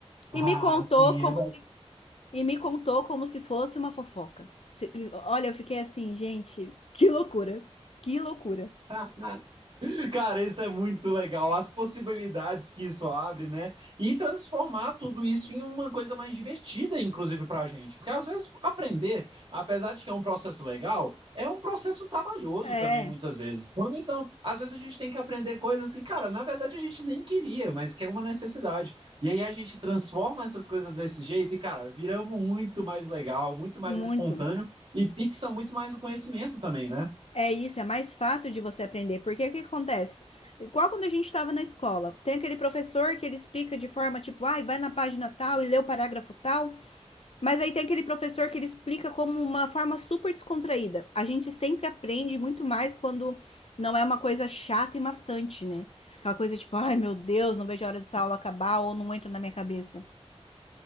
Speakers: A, on the left; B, on the right.
A: E
B: Ah,
A: me contou
B: sim,
A: como
B: é
A: se e me contou como se fosse uma fofoca. Se- Olha, eu fiquei assim, gente, que loucura. Que loucura.
B: verdade. Cara, isso é muito legal. As possibilidades que isso abre, né? E transformar tudo isso em uma coisa mais divertida, inclusive, pra gente. Porque às vezes aprender, apesar de que é um processo legal, é um processo trabalhoso
A: É,
B: também, muitas vezes. Quando então, às vezes a gente tem que aprender coisas que, cara, na verdade a gente nem queria, mas que é uma necessidade. E aí a gente transforma essas coisas desse jeito e, cara, vira muito mais legal, muito mais
A: muito.
B: espontâneo e fixa muito mais o conhecimento também, né?
A: É isso, é mais fácil de você aprender, porque o que acontece? Igual quando a gente estava na escola, tem aquele professor que ele explica de forma tipo, ai, vai na página tal e lê o parágrafo tal, mas aí tem aquele professor que ele explica como uma forma super descontraída. A gente sempre aprende muito mais quando não é uma coisa chata e maçante, né? Aquela coisa tipo, ai, meu Deus, não vejo a hora dessa aula acabar ou não entra na minha cabeça.